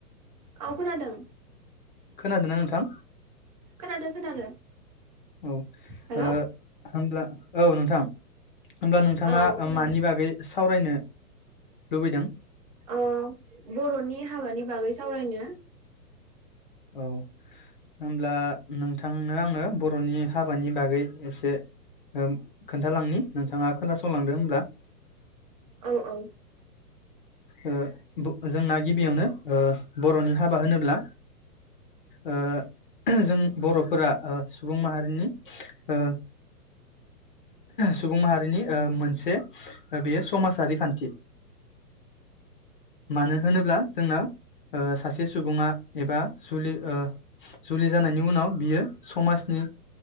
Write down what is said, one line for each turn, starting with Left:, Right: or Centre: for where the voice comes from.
Right: औ खोनादों
Left: खोनादोंना नोंथां?
Right: खोनादों खोनादों
Left: औ
Right: हेल'
Left: ओ
Right: औ
Left: होमब्ला औ नोंथां होमब्ला नोंथाङा
Right: औ खोनादों
Left: मानि बागै सावरायनो लुबैदों?
Right: अ बर'नि हाबानि बागै सावरायनो
Left: औ। होमब्ला नोंथांनो आङो बर बर'नि हाबानि बागै एसे ओ खोनथालांनि नोंथाङा खोना सं संलांदो होमब्ला।
Right: औ औ।
Left: ओ बो जोंना गिबियावनो बर'नि हाबा होनोब्ला ओ जों बर'फोरा सुबुं माहारिनि ओ सुबुं माहारिनि ओ मोनसे बेयो समाजारि खान्थि। मानो होनोब्ला जोंना सासे सुबुङा एबा जुलि ओ जुलि जानायनि उनाव बियो समाजनि